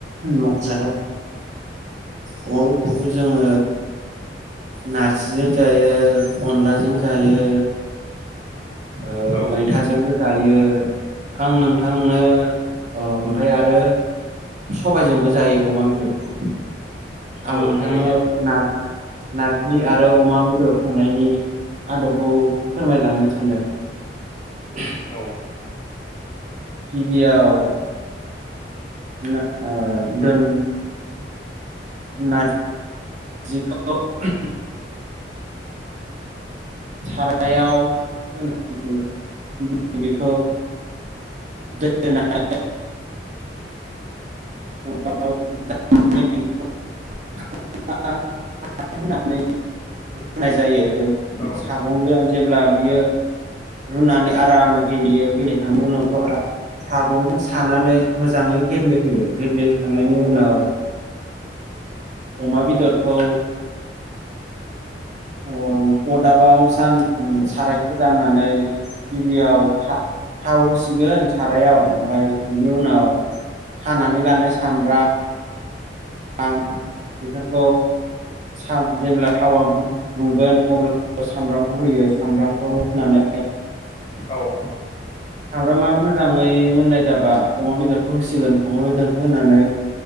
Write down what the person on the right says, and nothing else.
मख'जाथाव अमा बेदरखौ जोङो नारजिजों जायो, अनलाजों जायो आ
मैथाजोंबो जायो आं नोंथांनो ओमफ्राय आरो सबायजोंबो जायो अमा बेदरखौ
आं नोंथांनो
नार नारजि आरो अमा बेदर संनायनि आदबखौ फोरमायलांनो सानदों। <inaudible>
गिबियाव ओ न ओ दोन नार जिखौ <unintelligible> सारायाव होनानै <unintelligible> बेखौ <unintelligible> <unintelligible>
<unintelligible> होनानै खालामनाय जायो
सागंजों जेब्ला बियो रुनानै आरामै गेब्लेयो गेब्लेखांनायनि उनावथ' आ सागंजों सानानै मोजाङै गेब्लेहोयो गेब्लेहोखांनायनि उनाव अमा बेदरखौ अ अरदाबाव जान सारायखौ जाननानै गिबियाव था थाव होसिगोन सारायाव ओमफ्राय बिनि उनाव हानानै लानाय सामब्राम ब्राम बेफोरखौ साम जेब्ला थावा गु दुंगोन अब्ला सामब्रामखौ होयो सामब्रामखौ होनानै
सामब्रामा मोजाङै मोननाय जाबा अमा बेदरखौ होसिगोन अमा बेदरखौ होनानै